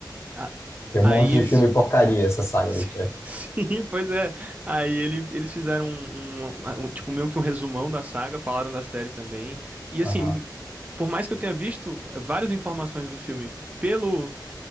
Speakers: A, on the right; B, on the left.
A: A-
B: Tem um
A: Aí
B: monte de
A: eles.
B: filme porcaria essa saga
A: Sim,
B: do Chuck.
A: <laughs> sim, pois é. Aí ele, eles fizeram um, um- um- tipo, meio que um resumão da saga, falaram da série também. E
B: Aham,
A: assim, por mais que eu tenha visto eh, várias informações do filme pelo,